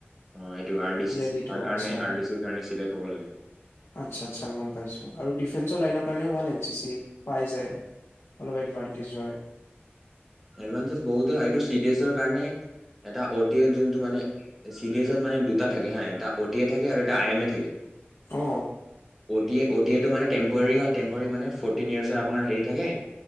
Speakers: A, in the centre; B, on the left (about 85°).
A: অ এইটো আৰ দি চি
B: ৰেলীটো
A: কাৰনে
B: আচ্ছা।
A: আৰ দি চিৰ কাৰনে। চিদাই কব লাগে।
B: আচ্ছা আচ্ছা গম পাইছো, আৰু ডিফেন্সৰ লাইনৰ কাৰণেও ভাল এন চি চি পাই যায়। অলপ এডভানটেজ হয়।
A: এডভাণ্টেজ বহুতেৰ হয়, এইতোঁ চি ডি এছৰ কাৰণে, এটা ওটিএ জোনটো মানে চি ডি এছত মানে দুটা থাকে। ওটিএ থাকে এটা আই এম এ থাকে।
B: অ।
A: O T A, O T A টো মানে টেম্পৰাৰি হয় টে ম্পৰাৰি মানে ফৰ্টিন ইয়াৰ্চ আপোনাৰ হেৰি থাকে।